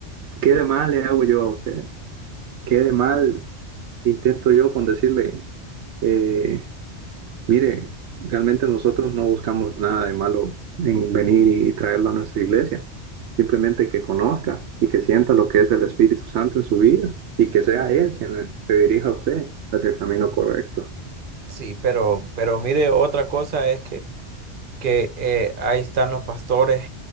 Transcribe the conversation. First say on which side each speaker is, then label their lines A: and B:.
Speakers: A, on the right; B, on the right.
A: ¿Qué de mal le hago yo a usted? ¿Qué de mal intento yo con decirle, eh, mire, realmente nosotros no buscamos nada de malo en venir y, y traerlo a nuestra iglesia? Simplemente que conozca y que sienta lo que es el Espíritu Santo en su vida y que sea Él quien le, dirija a usted hacia el camino correcto.
B: Sí, pero, pero mire, otra cosa es que, que eh, ahí están los pastores